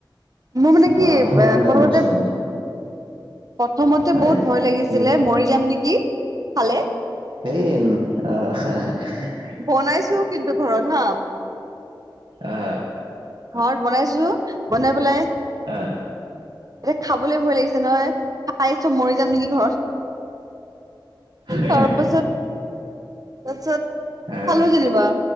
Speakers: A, on the right (about 45°); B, on the right (about 75°).
A: মোৰ মানে কি
B: আহ
A: এ,
B: হোৱা নাই
A: প্ৰথমতে
B: মাছৰুম
A: প্ৰথমতে
B: হয়
A: বহুত ভয় লাগিছিলে
B: কি
A: মৰি যাম নেকি, খালে।
B: সেই অ'।
A: বনাইছোঁ‌ও কিন্তু ঘৰত হা।
B: অ'।
A: ঘৰত বনাইছোঁ‌, বনাই পেলাই
B: অ'।
A: এতিয়া খাবলৈ ভয় লাগিছে, নহয় খাই চব মৰি যাম নেকি ঘৰত।
B: হয়
A: তাৰপাছত,
B: নেকি
A: তাৰপিছত,
B: তাৰপিছত
A: খালোঁ‌ যেনিবা।